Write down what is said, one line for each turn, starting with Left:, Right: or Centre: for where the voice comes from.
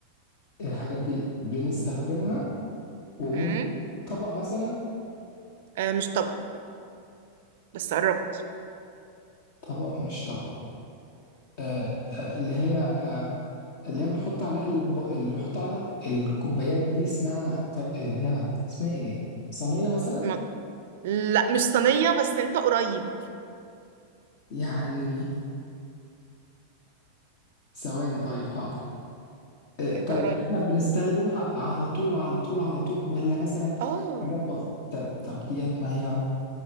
Left: الحاجة دي بنستخدمها وممكن
Right: امم
Left: طبق مثلا
Right: آه مش طبق بس قربت
Left: طبق مش طبق آه آه اللي هي آه اللي هي بنحط عليها الاطباق اللي بنحط عليها الكوبايات دي اسمها طر... اللي هي اسمها ايه صينية مثلا
Right: مج- لا مش صينية بس انت قريب
Left: يعني ثواني طيب حاضر آه
Right: انت
Left: طيب
Right: قريب
Left: احنا بنستخدمها على طول على طول على طول ولا مثلا
Right: اه
Left: حاجات بسيطة طب طب ديت ما هي